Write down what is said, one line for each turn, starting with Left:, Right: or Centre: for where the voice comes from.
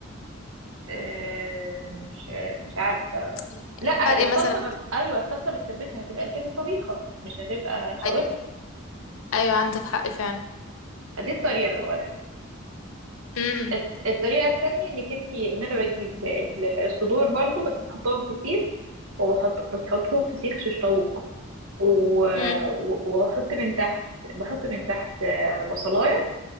Right: آه، مش مش عارفه
Left: إيه
Right: لا
Left: الفرق
Right: الصلصه
Left: مثلا
Right: ما بت... ايوه الصلصه بتسبكها هتبقى كده طبيخه مش هتبقى شاورما
Left: ايوه ايوه عندك حق فعلا
Right: دي الطريقة الأولانية
Left: امم
Right: الت- الطريقة التانية انك انتي ان انا بجيب ال- الصدور برضو بس بحطهم في سيخ وبحط بتحطهم في سيخ شيش طاووق و-
Left: امم
Right: و- وبحط من تحت بحط من تحت آه، بصلاية